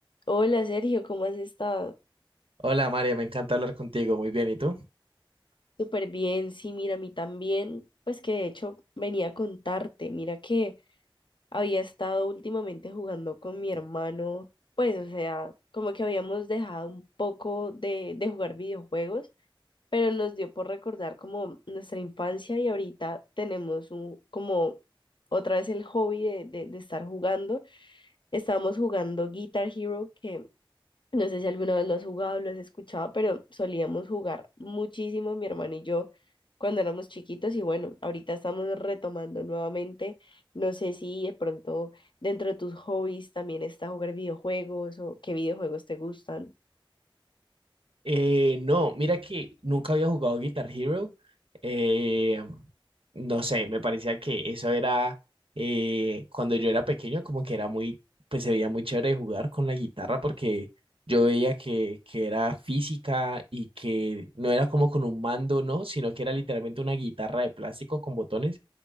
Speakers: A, on the left; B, on the right.
A: Hola Sergio, ¿cómo has estado?
B: Hola María, me encanta hablar contigo. Muy bien, ¿y tú?
A: Súper bien, sí, mira, a mí también, pues que de hecho venía a contarte, mira que había estado últimamente jugando con mi hermano, pues o sea, como que habíamos dejado un poco de, de jugar videojuegos, pero nos dio por recordar como nuestra infancia y ahorita tenemos un, como otra vez el hobby de, de, de estar jugando. Estábamos jugando Guitar Hero, que No sé si alguna vez lo has jugado, lo has escuchado, pero solíamos jugar muchísimo mi hermano y yo cuando éramos chiquitos y bueno, ahorita estamos retomando nuevamente. No sé si de pronto dentro de tus hobbies también está jugar videojuegos o qué videojuegos te gustan.
B: Eh, no, mira que nunca había jugado Guitar Hero. eh, no sé, me parecía que eso era eh, cuando yo era pequeño, como que era muy, pues se veía muy chévere jugar con la guitarra porque yo veía que, que era física y que no era como con un mando, ¿no? Sino que era literalmente una guitarra de plástico con botones